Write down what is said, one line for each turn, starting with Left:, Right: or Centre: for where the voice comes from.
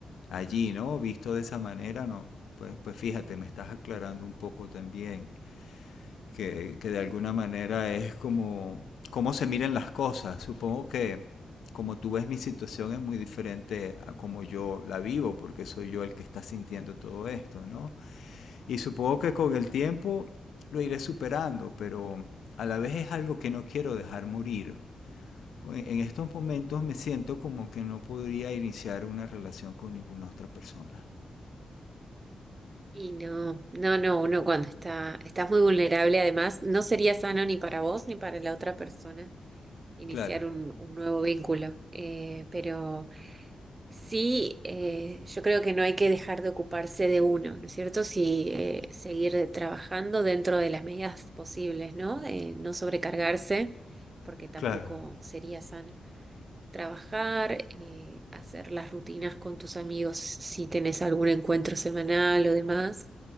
Left: allí, ¿no? Visto de esa manera, ¿no? Pues, pues fíjate, me estás aclarando un poco también. que, que de alguna manera es como cómo se miran las cosas. Supongo que como tú ves mi situación es muy diferente a como yo la vivo, porque soy yo el que está sintiendo todo esto, ¿no? Y supongo que con el tiempo lo iré superando, pero a la vez es algo que no quiero dejar morir. En estos momentos me siento como que no podría iniciar una relación con ninguna otra persona.
Right: Y no, no, no, uno cuando está, estás muy vulnerable, además, no sería sano ni para vos ni para la otra persona. iniciar
Left: Claro,
Right: un, un nuevo vínculo. Eh, pero sí, eh, yo creo que no hay que dejar de ocuparse de uno, ¿no es cierto? Sí, eh, seguir trabajando dentro de las medidas posibles, ¿no? Eh, no sobrecargarse, porque tampoco
Left: claro,
Right: sería sano. Trabajar, eh, hacer las rutinas con tus amigos si tenés algún encuentro semanal o demás.